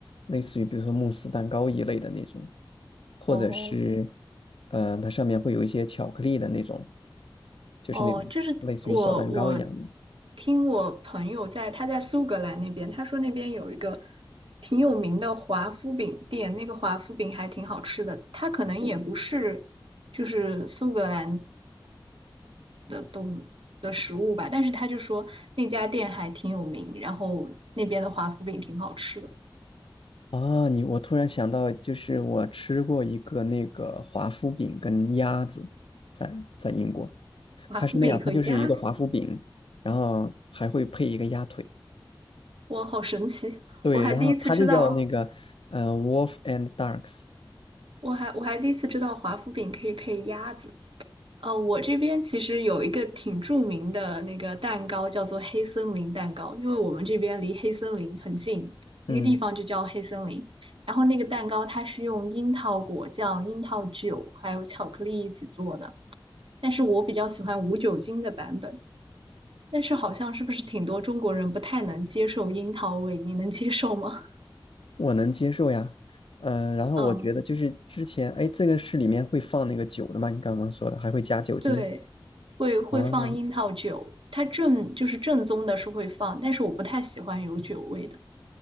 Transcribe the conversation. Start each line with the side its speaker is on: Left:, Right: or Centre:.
Left: 类似于比如说慕斯蛋糕一类的那种，或者是，
Right: 哦
Left: 呃，它上面会有一些巧克力的那种，就是那种类似于小蛋糕一样的。
Right: 哦，就是我我听我朋友在他在苏格兰那边，他说那边有一个挺有名的华夫饼店，那个华夫饼还挺好吃的。它可能也不是就是苏格兰动的食物吧，但是他就说那家店还挺有名，然后那边的华夫饼挺好吃的，
Left: 啊，你我突然想到，就是我吃过一个那个华夫饼跟鸭子在，在英国，
Right: 华夫饼和鸭子，
Left: 它是那样，它就是一个华夫饼，然后还会配一个鸭腿，
Right: 哇，好神奇！
Left: 对，
Right: 我还第一次知道，
Left: 然后它就叫那个呃 Wolf and Ducks，
Right: 我还我还第一次知道华夫饼可以配鸭子。呃，我这边其实有一个挺著名的那个蛋糕，叫做黑森林蛋糕，因为我们这边离黑森林很近，那个地方就叫黑森林。
Left: 嗯。
Right: 然后那个蛋糕它是用樱桃果酱、樱桃酒还有巧克力一起做的。但是我比较喜欢无酒精的版本。但是好像是不是挺多中国人不太能接受樱桃味？你能接受吗？
Left: 我能接受呀，嗯、然后我觉得就是之前，
Right: <laughs> 嗯，
Left: 哎，这个是里面会放那个酒的吗？你刚刚说的还会加酒精
Right: 对，会会放樱桃酒，
Left: 啊
Right: 它正就是正宗的是会放，但是我不太喜欢有酒味的。